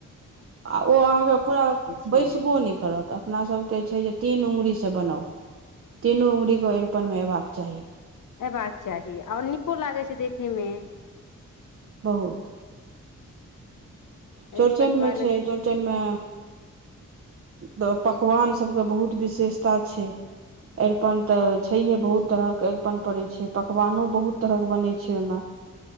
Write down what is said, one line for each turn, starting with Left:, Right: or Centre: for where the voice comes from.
Right: आ ओ अहाँके पूरा
Left: छै
Right: बैसबो नहि करत अपनासभके छैय जे तीन अङ्गुरसँ बनाउ।
Left: <inaudible>
Right: तीनू उंगुरीे अरिपन मे अयबाक चाही।
Left: अबाक चाही आओर नीको लागै छैय देखेमे
Right: बहुत चौड़चनमे
Left: अरिपनके बारेमे
Right: छैय चौड़चनमे तऽ पकवान सभके बहुत विशेषता छैय। अरिपन तऽ
Left: बहुत
Right: छैहे
Left: भूल
Right: बहुत
Left: छै
Right: तरहक अरिपन पड़ैत छैय पकवानो बहुत तरहक बनै छैय ओहिमे।